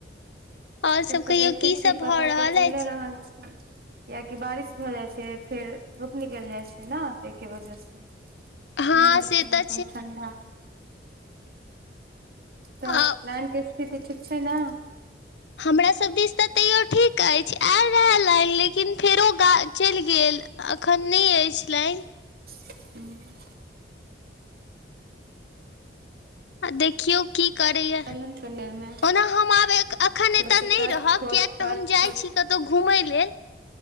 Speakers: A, on the left (about 75°); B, on the right (about 55°).
A: आओर
B: से
A: सभ
B: तऽ
A: कहियौ
B: देखे
A: की सब
B: छीयै पता
A: भऽ रहल
B: तऽ चैले
A: अछि
B: रहल छी कियाकि बारिश भऽ जाइ छै फेर धूप निकैल जाइ छै ने तैके वजह से नहि
A: हँ
B: होइ
A: से
B: छै
A: तऽ
B: मौसम ठ्डा तऽ
A: आ
B: लैन के स्थिति ठीक छै ने
A: हमरासब दिश तऽ तैयो ठीक अइछ आयल रहे लाइन लेकिन फेरो गा चैल गेल अखन नहि अइछ लाइन
B: हुँ
A: आ देखियौ की करैय
B: एलहन कनि देर मे
A: ओना हम आब अखन
B: सुबह
A: ए
B: से
A: नहि
B: कट
A: रहब
B: खोट
A: कियक तऽ
B: कट
A: हम जाइ
B: खोट
A: छी कतहु घुमय लेल